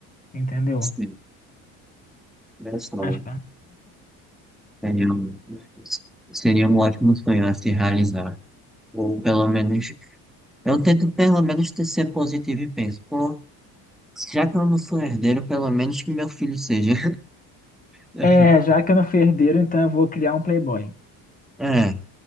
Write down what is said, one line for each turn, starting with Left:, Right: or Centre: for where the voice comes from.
Left: entendeu?
Centre: Seria sonho.
Left: Acho que é,
Centre: Seria um seria um ótimo sonho a se realizar. Ou pelo menos, eu tento pelo menos ter- ser positivo e penso, pô, já que eu não sou herdeiro, pelo menos que meu filho seja. <laughs>
Left: É, já que eu não fui herdeiro, então eu vou criar um playboy.
Centre: É,